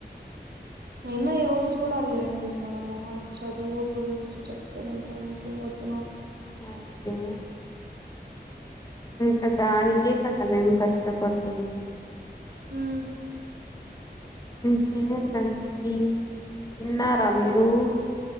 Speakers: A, on the right; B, on the left.
A: అయినా ఎవరు చూడలేండి మన మోకాలు చదువు గురించి చెప్తేను ఇంకా ఇంకే వద్దు నాకు
B: అదే ఇంకా దానికే కదా మేము కష్టపడుతుంది
A: ఉమ్
B: ఇంకెంటండి తిన్నారా మీరు